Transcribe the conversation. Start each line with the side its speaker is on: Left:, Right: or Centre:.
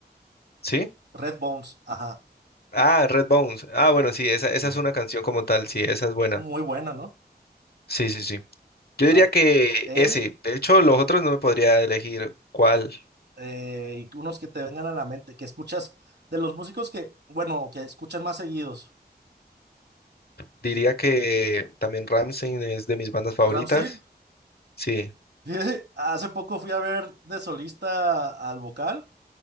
Left: ¿Sí?
Right: Red Bones. Ajá,
Left: Ah, Red Bones. Ah, bueno, sí, esa,
Right: sí.
Left: esa es una canción como tal. Sí, esa es buena.
Right: Muy buena, ¿no?
Left: Sí, sí, sí. Yo
Right: A-
Left: diría que
Right: él
Left: ese. De hecho, los otros no me podría elegir cuál.
Right: eh, y unos que te vengan a la mente, que escuchas de los músicos que, bueno, que escuchas más seguidos.
Left: Diría que también Ramstein es de mis bandas favoritas.
Right: Ramstein
Left: Sí.
Right: Fíjate, <laughs> Hace poco fui a ver de solista al vocal